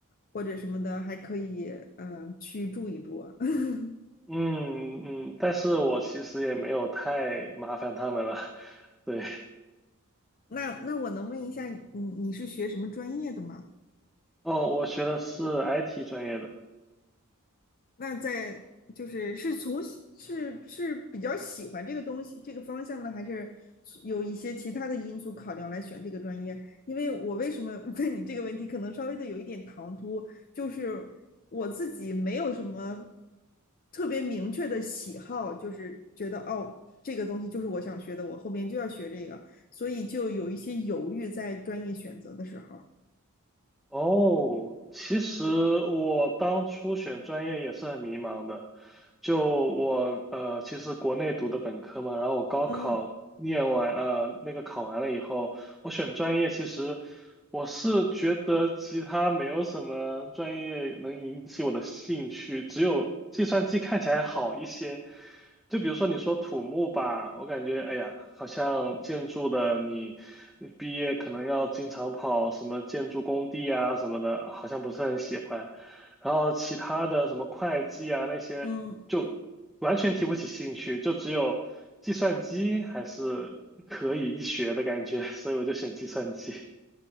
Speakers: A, on the left (about 40°); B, in the centre.
A: 或者什么的，还可以嗯、呃去住一住啊。<laughs>
B: 嗯嗯，但是我其实也没有太麻烦他们了。<laughs> 对，
A: 那那我能问一下，你你是学什么专业的吗？
B: 哦，我学的是 IT 专业的。
A: 那在就是是从是是比较喜欢这个东西这个方向呢，还是有一些其他的因素考量来选这个专业？因为我为什么 <laughs> 问你这个问题，可能稍微的有一点唐突，就是我自己没有什么特别明确的喜好，就是觉得哦，这个东西就是我想学的，我后面就要学这个，所以就有一些犹豫在专业选择的时候。
B: 哦，其实我当初选专业也是很迷茫的。就我呃，其实国内读的本科嘛，然后我高考念完呃那个考完了以后，
A: 嗯
B: 我选专业，其实我是觉得其他没有什么专业能引起我的兴趣，只有计算机看起来好一些。就比如说你说土木吧，我感觉哎呀，好像建筑的你你毕业可能要经常跑什么建筑工地啊什么的，好像不是很喜欢。然后其他的什么会计啊那些，
A: 嗯
B: 就完全提不起兴趣，就只有计算机还是可以一学的感觉，所以我就选计算机。